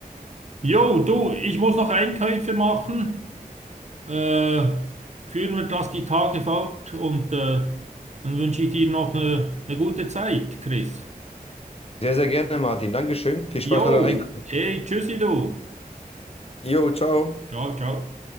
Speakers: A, on the right; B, on the left.
A: Jo, du, ich muss noch Einkäufe machen. Äh, führen wir das die Tage fort und äh, dann wünsche ich dir noch äh, eine gute Zeit, Chris.
B: Sehr, sehr gerne, Martin. Dankeschön. Viel Spaß
A: Jo,
B: bei deinem Einkaufen.
A: hey, tschüssi du.
B: Jo, ciao.
A: Ciao, ciao.